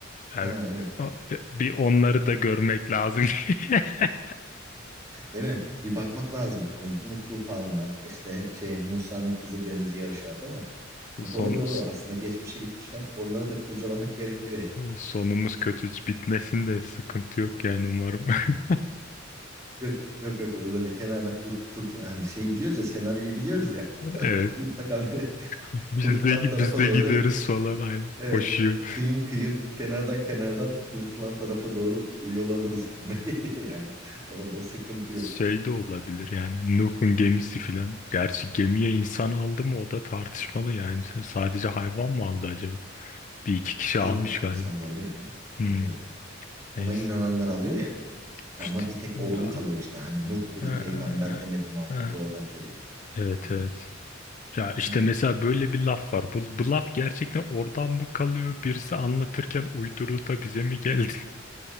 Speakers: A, on the left; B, on the right.
A: Yani,
B: Ha evet.
A: a- bir onları da görmek lazım. <laughs>
B: Değil mi? Bir bakmak lazım. Nuh Tufanı'na işte şey Musa'nın kızı Deniz'i yarışa değil mi? E,
A: Son,
B: Doğru doğru. Aslında geçmişe gitmişken oraları da kurcalamak <laughs> gerekiyor ya.
A: sonumuz kötü hiç bitmesin de sıkıntı yok yani umarım. <laughs>
B: Yok yok yok böyle kenarda kurt, kurt yani şeyi biliyoruz ya senaryoyu biliyoruz ya. <laughs>
A: Evet.
B: Mutlaka böyle <laughs>
A: Biz
B: kurtulan
A: de,
B: tarafa
A: biz de
B: doğru
A: gideriz falan aynen.
B: evet
A: Koşuyor.
B: kıyın kıyın kenardan kenardan kurtulan tarafa doğru yol alırız gibi <laughs> geliyor yani. Orada sıkıntı yok.
A: Şey de olabilir yani Nuh'un gemisi filan. Gerçi gemiye insan aldı mı o da tartışmalı yani. Sadece hayvan mı aldı acaba? Bir iki kişi
B: Yok
A: almış
B: a-
A: galiba.
B: insan da alıyor ya.
A: Hmm,
B: Tabii tabii. Ona
A: neyse.
B: inananlar alıyor ya. Ya
A: İşte,
B: Ama bir tek
A: ya,
B: oğlu kalıyor işte. Hani Nuh dedi
A: ee,
B: peygamber demedi muhabbeti
A: ee,
B: oradan kalıyor.
A: evet
B: Hı
A: evet. Ya işte
B: hı.
A: mesela böyle bir laf var. Bu, bu laf gerçekten oradan mı kalıyor? Birisi anlatırken uydurdu da bize mi geldi?